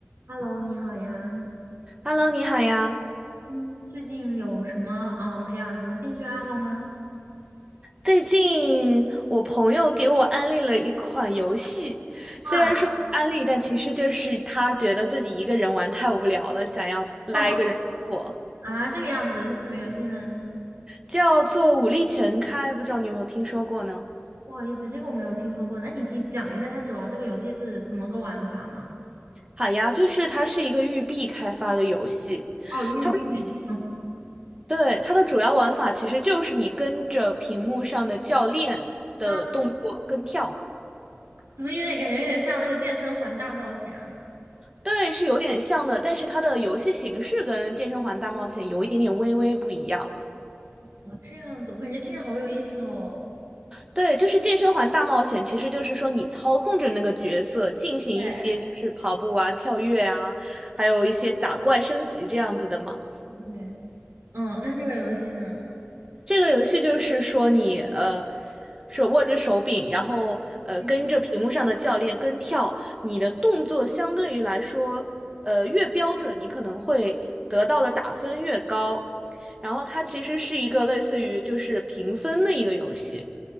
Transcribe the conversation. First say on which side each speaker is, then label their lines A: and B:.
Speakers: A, on the right; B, on the right.
A: Hello，你好呀。
B: Hello，你好呀！
A: 嗯，最近有什么嗯培养什么兴趣爱好吗？
B: 最近我朋友给我安利了一款游戏，
A: 啊，
B: 虽然说是安利，但其实就是他觉得自己一个人玩太无聊了，想要拉一个人我
A: 哦啊，这个样子是什么游戏呢？
B: 叫做《武力全开》，不知道你有没有听说过呢？
A: 不好意思，这个我没有听说过。那你可以讲一下它主要这个游戏是怎么个玩法吗？
B: 好呀，就是它是一个育碧开发的游戏，
A: 哦，玉币。
B: 它的
A: <laughs>
B: 对它的主要玩法其实就是你跟着屏幕上的教练的动作跟跳。
A: 嗯，怎么有点感觉有点像那个健身环大冒险啊？
B: 对，是有点像的，但是它的游戏形式跟健身环大冒险有一点点微微不一样。
A: 哦，这样子，我感觉听着好有意思哦。
B: 对，就是健身环大冒险，其实就是说你操控着那个角色进行一些就是跑步啊、
A: 对
B: 跳跃啊，还有一些打怪升级这样子的嘛。
A: 对，嗯，那这个游戏呢？
B: 这个游戏就是说你呃，手握着手柄，然后呃跟着屏幕上的教练跟跳，
A: 嗯
B: 你的动作相对于来说，呃越标准，你可能会得到的打分越高。然后它其实是一个类似于就是评分的一个游戏。